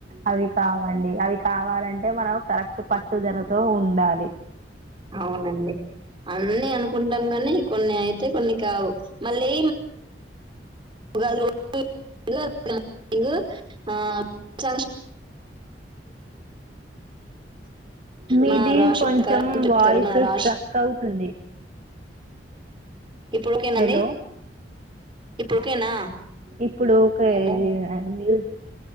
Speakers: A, on the right; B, on the right.
A: అవి కావండి అవి కావాలంటే మనం కరెక్ట్ పట్టుదలతో ఉండాలి
B: అవునండి అన్నీ అనుకుంటాం కానీ కొన్ని అయితే కొన్ని కావు మళ్ళీ <unintelligible> ఆ <unintelligible>
A: మీది
B: మా రాశి
A: కొంచెం
B: ప్రకారం చెప్తారు
A: వాయిస్
B: మా రాశి
A: స్ట్రక్ అవుతుంది
B: ఇప్పుడు ఓకేనాండి
A: హలో
B: ఇప్పుడు ఓకేనా
A: ఇప్పుడు ఓకె
B: హలో
A: ఇది మ్యూజిక్